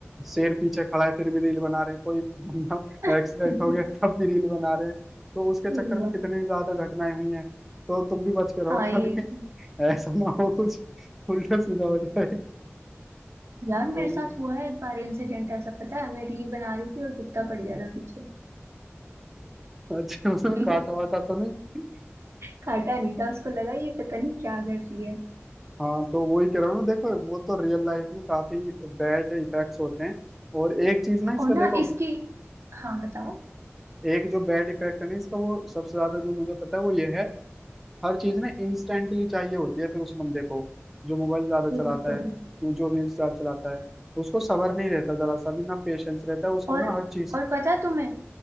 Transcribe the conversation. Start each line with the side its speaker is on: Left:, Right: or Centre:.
Centre: शेर पीछे खड़ा है फिर भी रील बना रहे हैं कोई बंदा
Right: <laughs>
Centre: एक्सीडेंट हो गया तब भी रील बना रहे हैं तो उसके चक्कर
Right: हुआ
Centre: में कितनी ज्यादा घटनाएं हुई हैं तो तुम भी बच के रहो
Right: हाँ ये
Centre: कभी ऐसा ना हो कुछ उल्टा सीधा हो जाए
Right: यार मेरे
Centre: तो ये
Right: साथ हुआ है एक बार इंसिडेंट ऐसा पता है मैं रील बना रही थी और कुत्ता पड़ गया था पीछे
Centre: अच्छा उसने
Right: <laughs>
Centre: काटा वाटा तो नहीं
Right: काटा नहीं था उसको लगा ये पता नहीं क्या कर रही है
Centre: हाँ तो वही कह रहा हूँ ना देखो वो तो रियल लाइफ में काफी बैड इफेक्ट्स होते हैं और एक चीज ना इसका
Right: और ना
Centre: देखो
Right: इसकी हाँ बताओ
Centre: एक जो बैड इफेक्ट है ना इसका वो सबसे ज्यादा जो मुझे पता है वो ये है हर चीज ना इंस्टेंटली चाहिए होती है फिर उस बंदे को जो मोबाइल ज्यादा
Right: बिल्कुल
Centre: चलाता है जो रील्स ज्यादा चलाता है उसको सब्र नहीं रहता जरा सा भी ना पेशेंस रहता है उसको
Right: और
Centre: ना हर चीज
Right: और पता है तुम्हें